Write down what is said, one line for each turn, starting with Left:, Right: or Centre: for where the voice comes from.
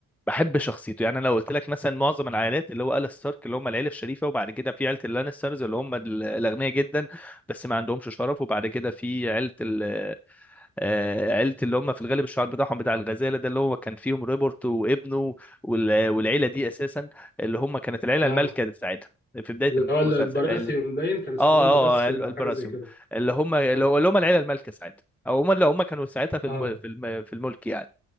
Centre: بحب شخصيته يعني انا لو قلت لك مثلا معظم العائلات اللي هو آل ستارك اللي هم العيله الشريفه وبعد كده في عيله اللانسترز اللي هم ال- الاغنياء جدا بس ما عندهمش شرف وبعد كده في عيله ال... آه، عيله اللي هم في الغالب الشعار بتاعهم بتاع الغزاله ده اللي هو كان فيهم ريبورت وابنه وال... والعيله دي اساسا اللي هم كانت العيله
Left: اه
Centre: المالكه بتاعتها في بدايه
Left: اللي
Centre: المسلسل
Left: هو البراثيون باين كان اسمهم
Centre: اه
Left: براثيون
Centre: اه ال- البراسيوم
Left: او حاجة زي كده
Centre: اللي هم اللي
Left: مم.
Centre: هو اللي هم العيله المالكه ساعتها او هم اللي هم كانوا ساعتها في
Left: اه
Centre: الم... في الم... في الملك يعني